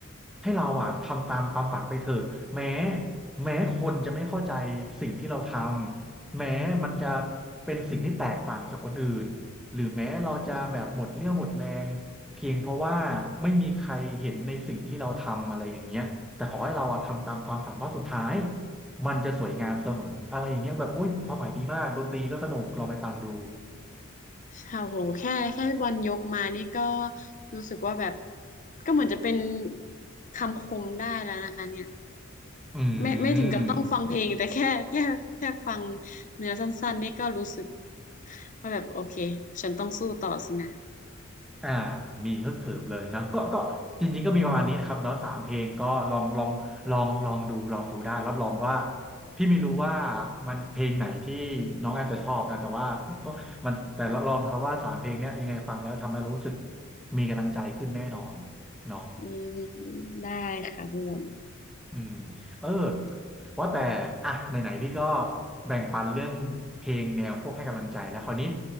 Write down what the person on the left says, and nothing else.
อืม
โอ้โหแค่แค่พี่บอลยกมานี่ก็รู้สึกว่าแบบก็เหมือนจะเป็นคำคมได้แล้วนะคะเนี่ย
ไม่ไม่ถึงกับต้องฟังเพลงแต่แค่แค่แค่ฟัง
เนื้อสั้นๆนี่ก็รู้สึกว่าแบบโอเคฉันต้องสู้ต่อสินะ
อืมได้ค่ะพี่บอล